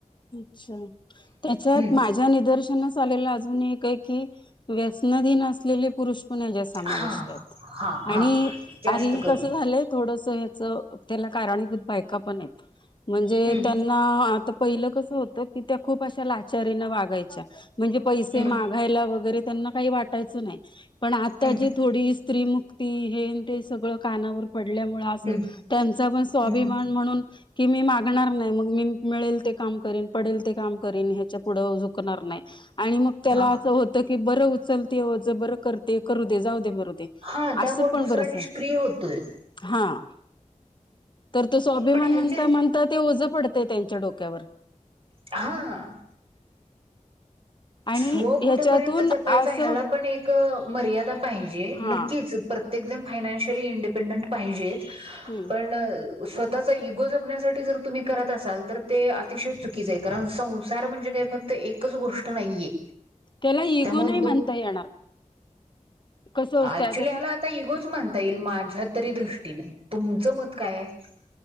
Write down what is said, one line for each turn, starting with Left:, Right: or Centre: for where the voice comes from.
Left: इच्छा! त्याच्यात
Right: हम्म
Left: माझ्या निदर्शनास आलेला अस कोण आहे काय की, व्यसनाधीन असलेले पुुरूष पण ह्याच्यात समाविष्ट
Right: हा
Left: आहेत,
Right: हा हा
Left: आणि
Right: जास्त
Left: हल्ली
Right: करून
Left: कसं झालं आहे थोडसं ह्याच त्याला कारणीभूत बायका पण हायत, म्हणजे
Right: हम्म
Left: त्यांना आता पहिलं कस होतं की, त्या खूप अशा लाचारीने वागायच्या. म्हणजे पैसे
Right: हम्म
Left: मागायला वगैरे, त्यांना काही वाटायचं नाही. पण आता
Right: हम्म
Left: जी थोडी, स्त्रीमुक्ती हे आणि ते सगळं कानावर पडल्यामुळे असं,
Right: हम्म
Left: त्यांचा पण स्वाभिमान
Right: हम्म
Left: म्हणून की मी मागणार नाही, मग मी मिळेल ते काम करीन, पडेल ते काम करीन, ह्याच्या पुढं झुक करणार नाही आणि मग त्याला
Right: हा
Left: असं होत की, बरं उचलते, ओझ बरं करते, करू दे, जाऊ दे मग जाऊदे,
Right: हा त्यामुळे
Left: अस पण
Right: दुसरा
Left: बरंच
Right: निष्क्रिय
Left: आहे,
Right: होतोय
Left: हां तर ते स्वाभिमान
Right: पण ह्याचे
Left: म्हणता-म्हणता ते ओझ पडतंय त्यांच्या डोक्यावर
Right: हां
Left: आणि
Right: हो
Left: ह्याच्यातून
Right: कुठे पर्यंत जपायचं,
Left: असं
Right: ह्याला पण एक- मर्यादा पाहिजे,
Left: हा
Right: नक्कीच, प्रत्येक जण फायनान्शि न्शियल इडपेंडं पाहिजेच,
Left: हम्म
Right: पण स्वतःचा इगो जपण्यासाठी जर तुम्ही करत असाल, तर ते अतिशय चुकीचं आहे, कारण संसार म्हणजे काय ते फक्त एकच गोष्ट नाहीये.
Left: त्याला इगो
Right: त्यामुळे
Left: नाही म्हणता येणार कसं असतं
Right: आक्चुली ह्याला आता इगोच म्हणता येईल, मा झ्या तरी दृष्टीनं, तुमचं मत काय आहे?